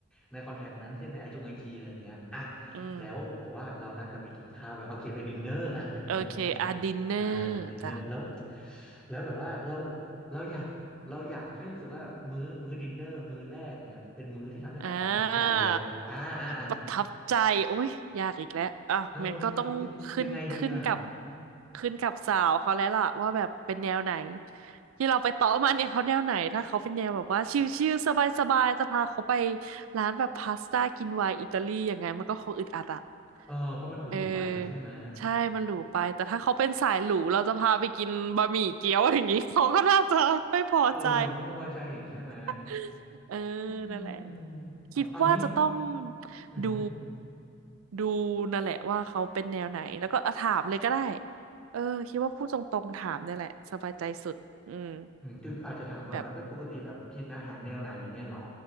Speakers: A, in the centre; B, on the right (about 85°).
A: ในคอนแทคนั้นเช่นในไอจงไอจีอะไรเงี้ยอ่ะ
B: อืม
A: แล้วแต่ว่าเรานัดกันไปกินข้าวแบบโอเคไปดินเนอร์อ่ะไปดินเนอร์กัน
B: โอเคอ่ะดินเนอร์จ้ะ
A: อ่าดินเนอร์แล้วแล้วแบบว่าเราเราอยากเราอยากให้รู้สึกว่ามื้อมื้อดินเนอร์มื้อแรกเนี่ยเป็นมื้อที่ทำให้เขาประทับใจอ่ะอ่าอ่าอ่า
B: อ่าประทับใจโอ้ยยากอีกแล้วอ่ะมันก็ต้องขึ้นขึ้นกับ
A: เออยังยังยังไงดีอ่ะ
B: ขึ้นกับสาวเขาแล้วล่ะว่าแบบเป็นแนวไหนที่เราไปต่อมาเนี่ยเขาแนวไหนถ้าเขาเป็นแนวแบบว่าชิลๆสบายๆจะพาเขาไปร้านแบบพาสต้ากินไวน์อิตาลีอย่างไงมันก็คงอึดอัดอะ
A: เออเพราะมันหรูไปใช่ไหม
B: เออใช่มันหรูไปแต่ถ้าเขาเป็นสายหรูเราจะพาไปกินบะหมี่เกี๊ยวอย่างนี้เขาก็น่าจะไม่พอใจ
A: เออก็ไม่พอใจอีกใช่ไหม
B: <laughs> เออ
A: อืม
B: นั่นแหละ
A: เอาเอางี้
B: คิดว่าจะต้อง
A: อือหือ
B: ดูดูนั่นแหละว่าเขาเป็นแนวไหนแล้วก็อ่ะถามเลยก็ได้เออคิดว่าพูดตรงๆถามเนี่ยแหละสบายใจสุดอืม
A: อืมคืออาจจะถามว่าแบบเอ้ยปกติแบบกินอาหารแนวไหนเงี้ยเหรอ
B: แบบ